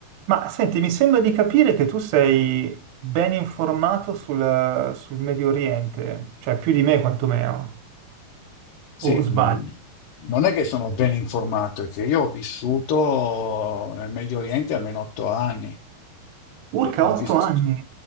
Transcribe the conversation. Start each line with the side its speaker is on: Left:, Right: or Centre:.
Right: Ma senti, mi sembra di capire che tu sei ben informato sul, sul Medio Oriente, cioè più di me quantomeno,
Left: Sì,
Right: o sbaglio.
Left: mh, non è che sono ben informato, è che io ho vissuto nel Medio Oriente almeno otto anni.
Right: Urca,
Left: Eh, Ho
Right: otto
Left: vis-
Right: anni,